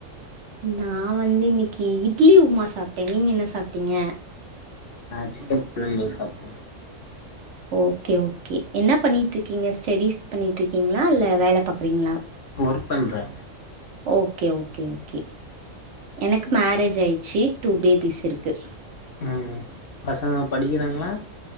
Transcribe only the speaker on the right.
நா வந்து இன்னைக்கி இட்லி உப்புமா சாப்ட்டே, நீங்க என்ன சாப்ட்டீங்க
ஓகே, ஓகே என்ன பண்ணிட்டு இருக்கீங்க ஸ்டெடிஸ் பண்ணிட்டு இருக்கீங்களா? இல்ல வேல பாக்குறீங்ளா?
ஓகே ஓகே ஓ கே எனக்கு மேரேஜ் ஆயிடுச்சு டூ பே பிஸ் இருக்கு